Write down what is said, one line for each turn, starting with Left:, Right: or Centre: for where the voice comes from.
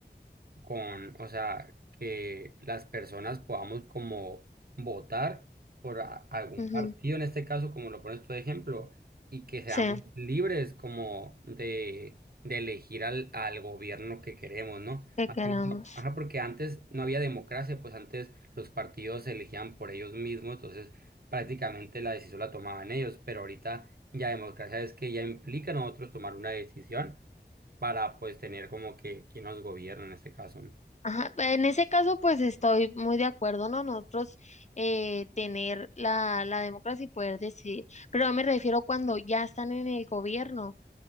Right: con, o sea, que las personas podamos como votar por a- algún
Left: Ujú,
Right: partido, en este caso, como lo pones tú de ejemplo, y que seamos
Left: Sí,
Right: libres como de, de elegir al, al gobierno que queremos, ¿no?
Left: que
Right: Más
Left: quedamos.
Right: que nada, Ajá, porque antes no había democracia, pues antes los partidos se elegían por ellos mismos, entonces prácticamente la decisión la tomaban ellos, pero ahorita ya democracia es que ya implica a nosotros tomar una decisión para pues tener como que quien nos gobierna en este caso, ¿no?
Left: Ajá, pe- en ese caso, pues estoy muy de acuerdo, ¿no? Nosotros eh, tener la, la democracia y poder decidir, pero no me refiero cuando ya están en el gobierno,